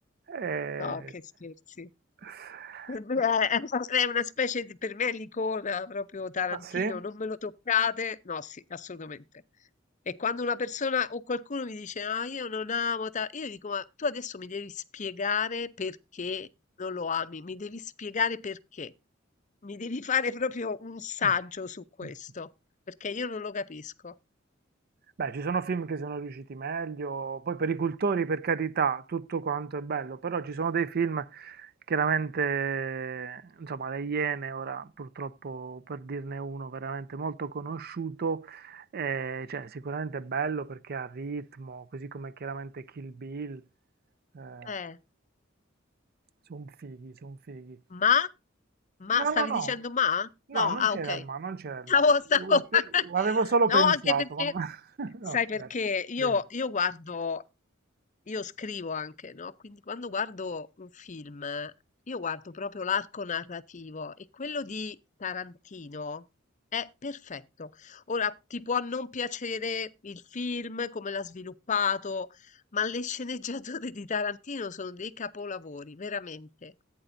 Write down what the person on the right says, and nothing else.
Eh,
<laughs>
Ah, sì?
<laughs>
Beh, ci sono film che sono riusciti meglio, poi per i cultori, per carità, tutto quanto è bello, però ci sono dei film, chiaramente, insomma, Le Iene, ora purtroppo per dirne uno veramente molto conosciuto, eh, cioè sicuramente è bello perché ha ritmo, così come chiaramente Kill Bill, eh,
sono fighi, sono fighi.
No,
no,
no,
no, non
c'era
il ma, non c'era il
ma,
L'ho per-
l'avevo solo
pensato,
ma no, <laughs>
no, scherzo,
dimmi.